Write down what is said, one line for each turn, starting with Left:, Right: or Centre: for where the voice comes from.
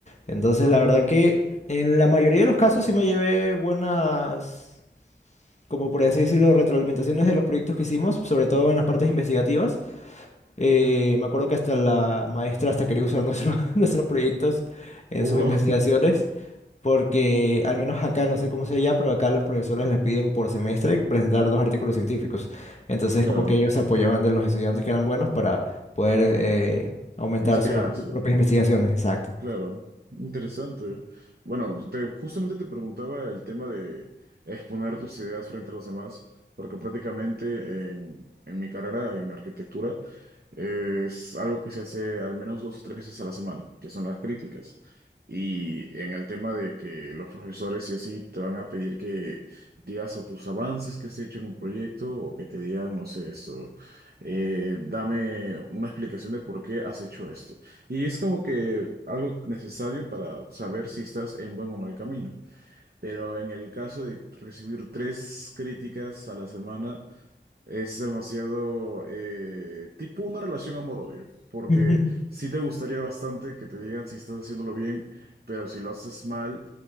Left: Entonces, la verdad que en la mayoría de los casos sí me llevé buenas, como por así decirlo, retroalimentaciones de los proyectos que hicimos, sobre todo en las partes investigativas. Eh, me acuerdo que hasta la maestra hasta quería usar nuestro- <laughs> nuestros proyectos en
Right: Oh,
Left: sus
Right: wow.
Left: investigaciones,
Right: <laughs>
Left: porque al menos acá, no sé cómo sea allá, pero acá los profesores les piden por semestre presentar dos artículos científicos. Entonces,
Right: Claro,
Left: como que ellos se apoyaban de los estudiantes que eran buenos para poder eh, aumentar
Right: inspirarse.
Left: sus propias investigaciones. Exacto.
Right: Claro, interesante. Bueno, yo te- justamente te preguntaba el tema de exponer tus ideas frente a los demás, porque prácticamente en, en mi carrera en arquitectura es algo que se hace al menos dos o tres veces a la semana, que son las críticas. Y en el tema de que los profesores sí o sí te van a pedir que digas o tus avances que has hecho en un proyecto o que te digan, no sé, esto, eh, dame una explicación de por qué has hecho esto. Y es como que algo necesario para saber si estás en buen o mal camino. Pero en el caso de recibir tres críticas a la semana, es demasiado eh, tipo una relación amor-odio, porque
Left: <laughs>
Right: sí te gustaría bastante que te digan si estás haciéndolo bien, pero si lo haces mal,